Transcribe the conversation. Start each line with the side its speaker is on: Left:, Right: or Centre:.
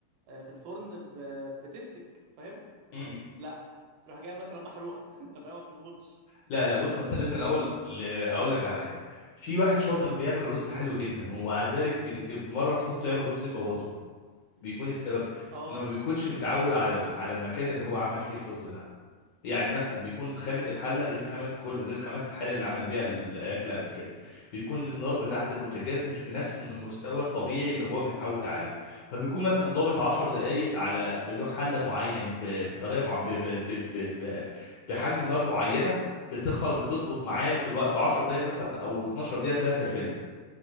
Right: أه في الفرن ب... بتمسك فاهم
Left: قوي
Right: لا تروح جايه مثلا محروقه <laughs> انت فاهم ما بتظبطش
Left: لا لا بص ما انت لازم الاول ل- اقول لك على حاجه في واحد شاطر بيعمل رز حلو جدا ومع ذلك تيجي تيجي في مره تحطه يعمل رز يبوظه بيكون السبب
Right: اه
Left: انه ما بيكونش متعود على ال- على المكان اللي هو عمل فيه الرز ده يعني مثلا بيكون خامة الحلة غير خامة كل غير خامات الحلة اللي عمل بيها الأكل قبل كده بيكون النار بتاعة البوتاجاز مش بنفس إن المستوى الطبيعي اللي هو متعود عليه فبيكون مثلا ظابط 10 دقايق على بنوع حلة معين ب- بطريقة مع... ب... ب... ب... ب... ب- بحجم نار معينة بتخل بتظبط معاه في الوقت في 10 دقايق مثلا أو 12 دقيقة تلاقيها فلفلت